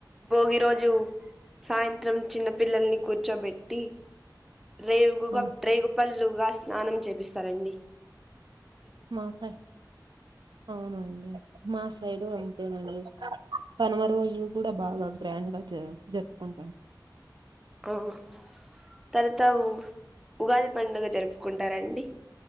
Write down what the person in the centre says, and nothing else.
భోగి రోజు సాయంత్రం చిన్న పిల్లల్ని కూర్చోబెట్టీ రేగు
రేగుపల్ లుగా స్నానం చెపిస్తారండి
అవును తర్వాత ఉ ఉగాది పండుగ జరుపుకుంటారాండి